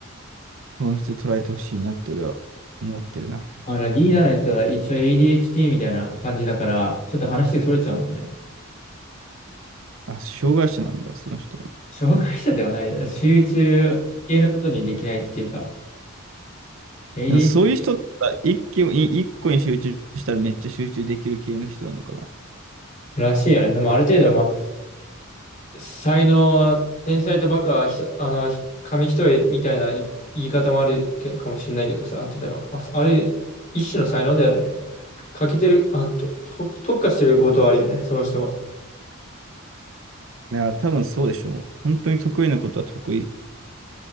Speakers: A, on the right; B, on the left.
A: 本質捉えてほしいなって俺は思ってるな。
B: あの、リーダーのやつは一応 ADHD みたいな感じだから、ちょっと話でそれちゃうんだよね。
A: あ、障害者なんだ、その人は。
B: 障害者ではないだろ。集中系のことにできないっていうか、AD
A: いやそういう人ってさ一気に、一個に集中したらめっちゃ集中できる系の人なのかな。
B: らしいよね。でもある程度、まあ才能、天才とバカはひと、あの、ひ紙一重みたいな言い方もあるけかもしれないけどさ、例えば、まあ、あれ、一種の才能だよね。欠けてる、あの、と、と特化してることはあるよね、その人も。
A: いや、多分そうでしょう。もう本当に得意なことは得意